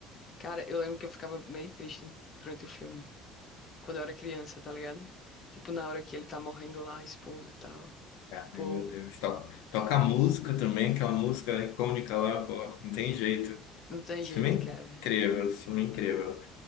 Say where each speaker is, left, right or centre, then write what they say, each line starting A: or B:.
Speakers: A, on the left; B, on the left.
A: Cara, eu lembro que eu ficava meio triste durante o filme. Quando eu era criança, tá ligado? Tipo, na hora que ele tá morrendo lá, a esposa e tal.
B: Cara,
A: Pô,
B: meu Deus. To- Toca música também, aquela música icônica lá, pô, não tem jeito.
A: não tem
B: Esse
A: jeito,
B: filme é
A: cara.
B: incrível, esse filme é incrível.